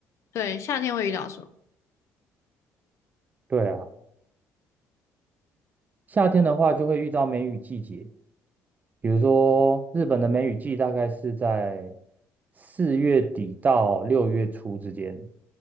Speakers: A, on the left; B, on the right.
A: 对夏天会遇到什么？
B: 对啊，夏天的话就会遇到梅雨季节，比如说，日本的梅雨季大概是在四月底到六月初之间。